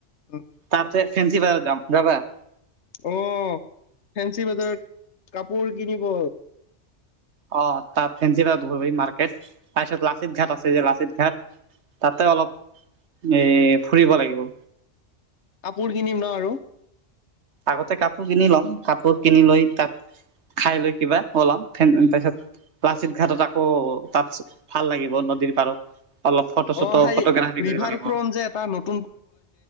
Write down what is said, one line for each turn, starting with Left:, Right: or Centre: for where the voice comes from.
Left: অ
Right: তাতে ফেঞ্চি বজাৰ যাম
Left: অ ফেঞ্চি বজাৰত কাপোৰ কিনিব
Right: অ তাত ফেঞ্চি ঘ মাৰ্কেট তাৰপিছত লাচিত ঘাট আছে যে লাচিত ঘ তাতে অলপ এ ফুৰিব লাগিব
Left: কাপোৰ কিনিম ন আৰু
Right: আগতে কাপোৰ কিনি লম কাপোৰ কিনি লৈ তাত খাই লৈ কিবা ওলাম ফেন <unintelligible> লাচিত ঘাটত আকৌ তাত ভাল লাগিব নদীৰ পাৰত
Left: <unintelligible>
Right: অলপ ফটো চটো
Left: তাত
Right: ফটোগ্ৰাফি কৰিব লাগিব
Left: ফুৰিব